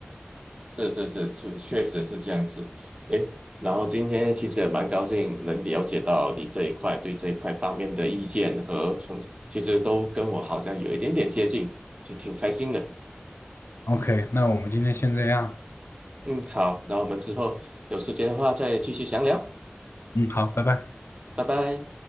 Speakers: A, on the right; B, on the left.
A: 是是是，确确实是这样子。诶，然后今天其实也蛮高兴能了解到你这一块对这一块方面的意见和从，其实都跟我好像有一点点接近，是挺开心的。
B: OK，那我们今天先这样。
A: 嗯，好，那我们之后有时间的话再继续详聊，
B: 嗯，好，拜拜。
A: 拜拜。